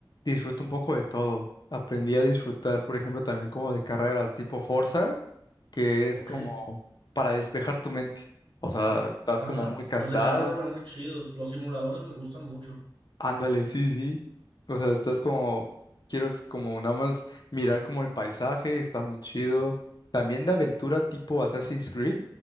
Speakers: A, on the left; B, on the right.
A: disfruto un poco de todo. Aprendí a disfrutar, por ejemplo, también como de carreras tipo Forza, que es
B: Ok.
A: como para despejar tu mente. O sea,
B: Yo-
A: estás
B: Ajá,
A: como muy
B: sí,
A: cansado
B: Los de carrera están muy chidos. Los simuladores me gustan mucho.
A: Ándale, sí, sí. sí. O sea, estás
B: Los-
A: como, quiero es como nada más mirar como el paisaje, está muy chido.
B: Ajá.
A: También de aventura tipo Assassin's Creed,